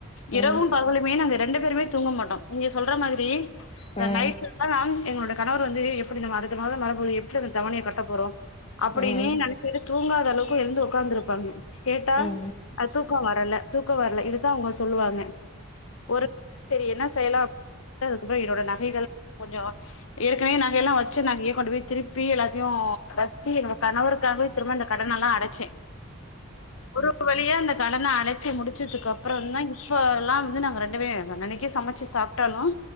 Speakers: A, on the left; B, on the left.
A: ம்
B: இரவும் பகலுமே ரெண்டு பேருமே தூங்க மாட்டோம் நீங்க சொல்ற மாதிரி இந்த
A: ம்
B: நைட்டு் எல்லாம் நா எங்களோட கணவர் வந்து எப்படி நம் அடுத்த மாதம் வரபோது எப்படி அந்த தவணைய கட்டப் போறோம் அப்படின்னு
A: ம்
B: நெனைச்ச தூங்காத அளவுக்கு எழுந்து உட்காந்துருப்பாங்க கேட்டா
A: ம் ம்
B: அது தூக்கம் வரல தூக்கம் வரல இதுதான் அவங்க சொல்லுவாங்க ஒரு சரி என்ன செய்யலாம் அதுக்கப்புறம் என்னோட நகைகள் கொஞ்சம் ஏற்கனவே நகையெல்லாம் வச்சு நகைய கொண்டு போய் திருப் ப்பி எல்லாத்தையுன் சீ கணவருக்காவே திரும்ப அந்த கடன எல்லாம் அடச்சேன் ஒரு வழி அந்த கடன அடைச்சு முடிச்சதுக்கு அப்புறம் தான் இப்ப எல்லாம் வந்து நாங்க ரெண்டுமே அன்னன்னைக்கே சமைச்சு சாப்டாலும்